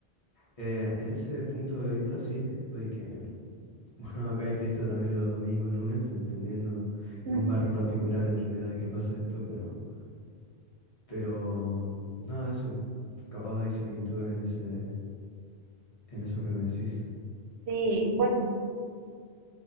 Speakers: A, on the left; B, on the right.
A: Eh, en ese punto de vista, sí, lo de que, <laughs> bueno, acá hay fiesta también los domingos, lunes, dependiendo en
B: <laughs>
A: un barrio en particular, en realidad es que pasa esto, pero, pero, nada, eso, capaz hay similitudes en ese, en eso que me decís.
B: Sí, bueno,